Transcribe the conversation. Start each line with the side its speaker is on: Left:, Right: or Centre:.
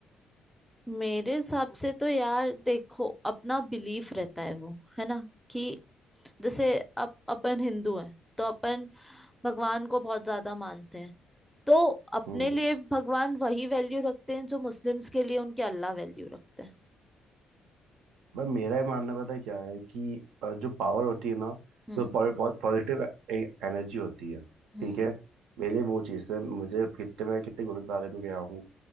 Centre: मेरे हिसाब से तो यार देखो अपना बिलीफ रहता है वो है ना कि जैसे अब अपन हिंदू हैं तो अपन भगवान को बहुत ज्यादा मानते हैं तो अपने
Right: हम्म
Centre: लिए भगवान वही वैल्यू रखते हैं जो मुस्लिम्स के लिए उनके अल्लाह वैल्यू रखते हैं
Right: भाई मेरा ही मानना पता है क्या है कि अ, जो पावर होती है ना
Centre: हम्म
Right: जो पो- बहुत पॉजिटिव एनर्जी होती है
Centre: हम्म
Right: ठीक है मेरे लिए वो चीज़ है मुझे कितने मैं कितने गुरुद्वारे में गया हूँ